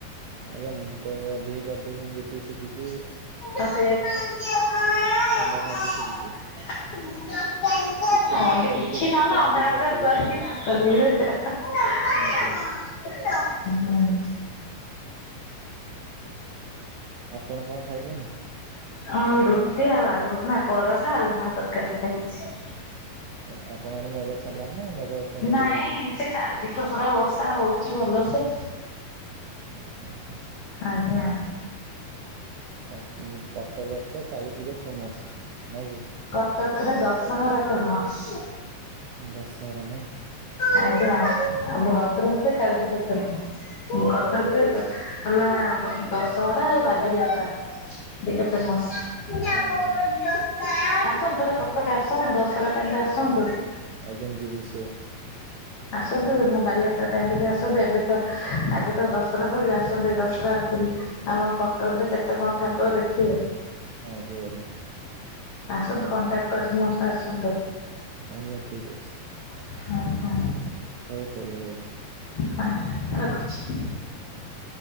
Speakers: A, on the right; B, on the left.
A: ଆଜ୍ଞା ମୁଁ ତ ଅଧିକ କରିଦେବି ମୁଁ ଯେତିକି ଶିଖିଚି।
B: <unintelligible> କିଛି ନହେଲେ
A: ଅଣ୍ଡା ଭାଜି ଶିଖିଛି
B: ଅଣ୍ଡା ଅମଲେଟ
A: ଚିକେନ ବି
B: କରିକି
A: କରିଦେବି ଚାହା ବି
B: ଭା।
A: କରିଦେବି
B: <unintelligible>
A: ଆଜ୍ଞା।
B: ହୁଁ।
A: ଆପଣ କଣ ଖାଇଲେଣି?
B: ହଁ ରୁଟି ଆଉ ଆଳୁ ଭଜା ନା ପରଟା, <unintelligible> ତରକାରୀ ଖାଇଛି।
A: ଆଚ୍ଛା। ଆପଣଙ୍କ ଆଡ଼େ ମେଘ ଛାଡ଼ିଲାଣି ନା ଏପର୍ଯ୍ୟନ୍ତ
B: ନାଇଁ
A: ବି ହଉଛି?
B: ସେ କାଲିଠୁ ପୁରା ବର୍ଷା ହଉଚି ଭଲସେ।
A: ଆଚ୍ଛା, ଆଚ୍ଛା।
B: ଆଜ୍ଞା।
A: ଆ କଟକରେ ତ କାଳୀ ପୂଜା ଫେମସ ନାଇଁ କି?
B: କଟକରେ ଦଶହରା ଫେମସ।
A: ଦଶହରା ନାଇଁ?
B: ଆଜ୍ଞା, ଭଦ୍ରକରେ କାଳୀପୂଜା ଫେମସ
A: ଆଜ୍ଞା
B: କଟକରେ ହେଲା ଦଶହରା ଆଉ ବାଲି ଯାତ୍ରା ଦିଟା ଫେମସ। ଆସନ୍ତୁ
A: ହଁ ଆଜ୍ଞା
B: ଥରେ କଟକ ଆସନ୍ତୁ ଦଶହରା ଟାଇମ ରେ ଆସନ୍ତୁ।
A: ଆଜ୍ଞା ଯିବି ସିଓର।
B: ଆସନ୍ତୁ ବାଲିଯାତ୍ରା ଟାଇମ ରେ ବି ଆସନ୍ତୁ ଏବେ ତ ଆଗେ ତ ଦଶହରା ପଡ଼ିବ ଆସନ୍ତୁ ଦଶହ ରା ବୁଲି ଆଉ କଟକରେ କେତେ କଣ ଠାକୁର ଦେଖିବେ।
A: ଆଜ୍ଞା।
B: ଆସନ୍ତୁ କଣ୍ଟାକ୍ଟ କରିକି ମୋ ସହ ଆସନ୍ତୁ।
A: ଆଜ୍ଞା ଠିକ ଅଛି।
B: <unintelligible>
A: ହଉ ତାହେଲେ ଆଜ୍ଞା।
B: ହଁ ରଖୁଛି?
A: <unintelligible>